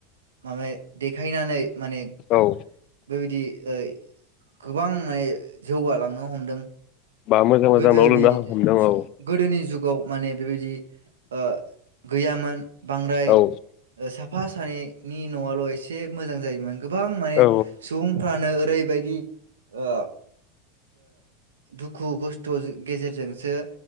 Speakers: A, on the right; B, on the left.
A: माबे देखायनानै माने
B: औ
A: बेबादियै गोबां माने जौगालांनो हमदों।
B: बा मोजां मोजां
A: गोदोनि
B: न' लुनो हमदों औ
A: गोदोनि जुगाव माने बेबायदि ओ गैयामोन। बांद्राय
B: औ
A: साफा सानैनि न'आल' एसे <unintelligible> मोजां जायोमोन। गोबां माने
B: औ
A: सुबुंफ्रानो ओरैबायदि ओ दुख दुखु खस्थ गेजेरजोंसो